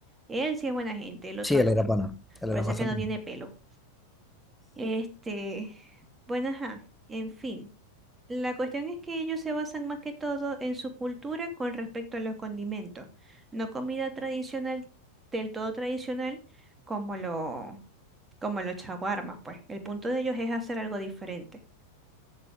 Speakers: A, on the right; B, in the centre.
A: Él sí es buena gente, el otro
B: Sí, él
A: no.
B: era pana, él
A: Parece
B: era bastante
A: que no tiene
B: pana.
A: pelo. Este, bueno, ajá, en fin. La cuestión es que ellos se basan más que todo en su cultura con respecto a los condimentos, no comida tradicional, del todo tradicional, como lo, como los chaguarmas, pues. El punto de ellos es hacer algo diferente.